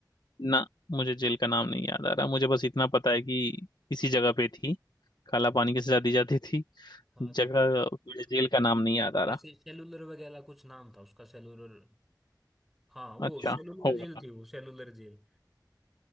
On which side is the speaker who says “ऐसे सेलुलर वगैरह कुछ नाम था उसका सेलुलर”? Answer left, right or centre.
Centre